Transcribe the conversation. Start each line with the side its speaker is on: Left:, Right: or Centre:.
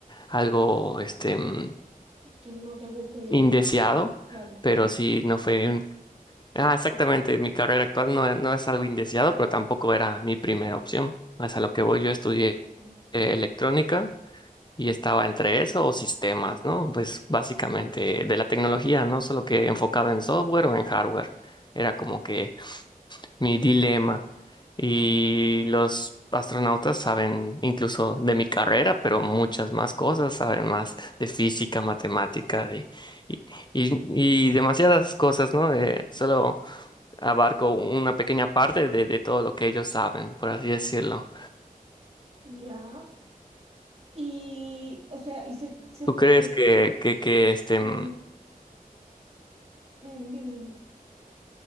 Left: algo este mm,
Right: Que no te guste directamente.
Left: indeseado,
Right: Claro,
Left: pero
Right: claro.
Left: sí no fue un- Ah, exactamente, mi carrera actual no, no es algo indeseado, pero tampoco era mi primera opción. Es a lo que voy, yo estudié
Right: claro.
Left: eh, electrónica y estaba entre eso o sistemas, ¿no? Pues básicamente de la tecnología, no solo que enfocado en software o en hardware. Era como que mi dilema. Y los astronautas saben incluso de mi carrera, pero muchas más cosas, saben más de física, matemática, de, y, y- y demasiadas cosas, ¿no? Eh, solo abarco una pequeña parte de, de todo lo que ellos saben, por así decirlo.
Right: Ya. Y, o sea, y se, se
Left: ¿Tú
Right: te
Left: crees
Right: ocurre.
Left: que, que, que este,
Right: mm,
Left: mm,
Right: mm, dime, dime.